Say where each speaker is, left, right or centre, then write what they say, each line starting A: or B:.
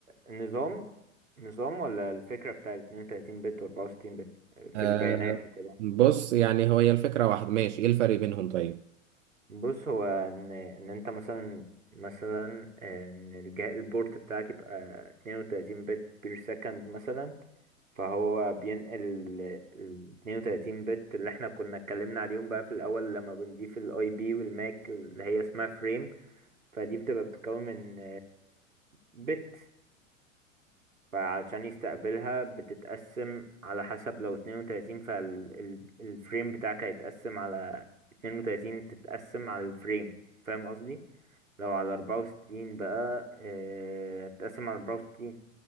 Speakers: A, on the right; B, on the right.
A: النظام نظام ولا الفكرة بتاع 32 بت و 64 بت
B: آه،
A: في البيانات وكده
B: بص يعني هو هي الفكرة واحد ماشي إيه الفرق بينهم طيب
A: بص هو ان ان انت مثلا مثلا ان الجهاز البورت بتاعك يبقى 32 بت بير سكند مثلا فهو بينقل ال 32 بت اللي احنا كنا اتكلمنا عليهم بقى في الاول لما بنضيف الاي بي والماك اللي هي اسمها فريم فدي بتبقى بتتكون من بت فعشان يستقبلها بتتقسم على حسب لو 32 فالفريم بتاعك هيتقسم على 32 تتقسم على الفريم فاهم قصدي لو على 64 بقى آه، هتتقسم على 64